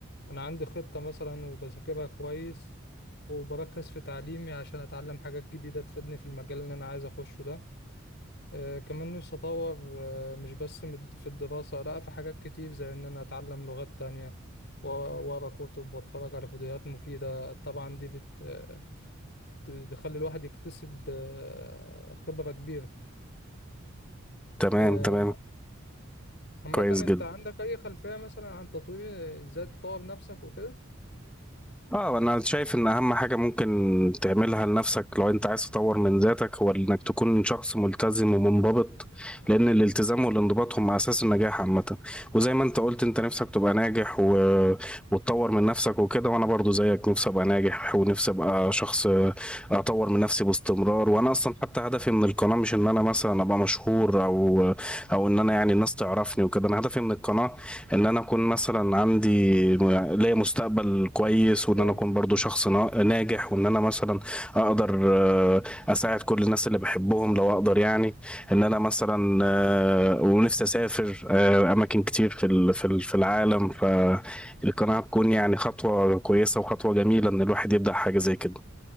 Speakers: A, on the left; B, in the centre.
A: انا عندي خطة مثلا وبذاكرها كويس وبركز في تعليمي عشان اتعلم حاجات جديدة تفيدني في المجال اللي انا عايز اخشه ده آه، كمان نفسي أطور آه، مش بس مد- في الدراسة لأ في حاجات كتير زي إن أنا أتعلم لغات تانية و- وأقرأ كتب وأتفرج على فيديوهات مفيدة طبعا دي بت آه، بتخلي الواحد يكتسب آه، خبرة كبيرة
B: تمام
A: آه،
B: تمام
A: عامة
B: كويس
A: أنت
B: جدا
A: عندك أي خلفية مثلا عن تطوير إزاي تطور نفسك وكده؟
B: اه انا شايف ان اهم حاجة ممكن تعملها لنفسك لو انت عايز تطور من ذاتك هو انك تكون شخص ملتزم ومنضبط لان الالتزام والانضباط هم اساس النجاح عامة وزي ما انت قلت انت نفسك تبقى ناجح و... وتطور من نفسك وكده وانا برضو زيك نفسي ابقى ناجح ونفسي ابقى شخص اطور من نفسي باستمرار وانا اصلا حتى هدفي من القناة مش ان انا مثلا ابقى مشهور او او ان انا يعني الناس تعرفني وكده انا هدفي من القناة ان انا اكون مثلا عندي م- ليا مستقبل كويس وان
A: جامد
B: انا اكون برضو
A: ده.
B: شخص نا- ناجح وان انا مثلا اقدر آه، اساعد كل الناس اللي بحبهم لو اقدر يعني ان انا مثلا آه، ونفسي اسافر آه، اماكن كتير في ال- في ال- في العالم فالقناعة تكون يعني خطوة كويسة وخطوة جميلة ان الواحد يبدأ حاجة زي كده